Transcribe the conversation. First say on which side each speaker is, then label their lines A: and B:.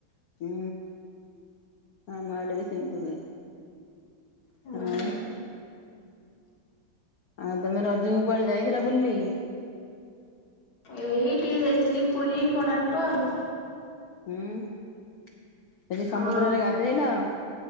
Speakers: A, on the left (about 60°); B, on the left (about 80°).
A: ଉଁ। ଆମ ଆଡେ ବି ସେମତି ହୁଏ।
B: ଉଁ
A: ଆଉ
B: ହୁଁ।
A: ଆଉ ତମେ ରଜକୁ କୁଆଡେ ଯାଇଥିଲା ବୁଲ୍ ଲିି?
B: ଏଇ ଟିଏ ଯାଇଥିଲି ପୁରୀ କୋଣାର୍କ ଆଉ।
A: ହୁଁ ସେଠି
B: ହଁ।
A: ସମୁଦ୍ରରେ ଗାଧେଇଲ?